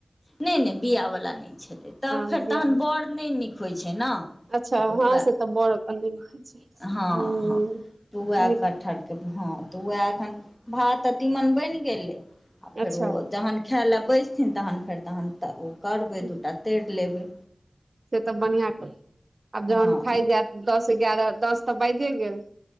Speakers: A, on the left; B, on the right.
A: नहि नहि बिआवला नहि छलै तऽ
B: हँ
A: फेर
B: बिआ
A: तहन बड़ नहि नीक होइ छै ने ऽ
B: अच्छा
A: उएह
B: हँ से तऽ बड़ अपन नहि खाइ छै
A: हँ
B: हूँ
A: हँ त उएह
B: नीक
A: कटहर के हं तऽ वएह एखन भात आ तीमन बनि गेलै आ फेरो
B: अच्छा
A: जहन खेऽ लए बैसथिन तहन फेर तहन तऽ ओ करबै
B: हूँ
A: दू टा तैर लेबै
B: से तऽ बनियां कर आब जहन
A: हँ
B: खाइ जायत दस एगारह दस तऽ बाजे गेल